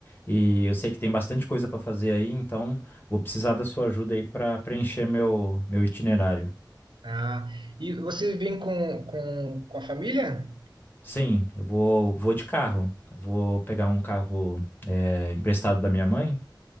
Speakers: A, on the left; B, on the right.
A: E eu sei que tem bastante coisa pra fazer aí, então vou precisar da sua ajuda aí pra preencher meu, meu itinerário.
B: Ah, e você vem com, com, com a família?
A: Sim, eu vou, vou de carro. Vou pegar um carro, é, emprestado da minha mãe.